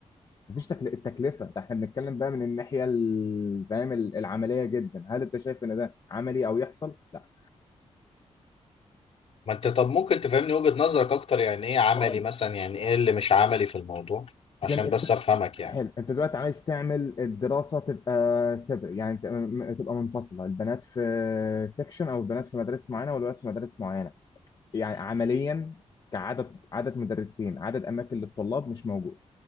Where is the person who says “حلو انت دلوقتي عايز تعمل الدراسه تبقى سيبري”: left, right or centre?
Left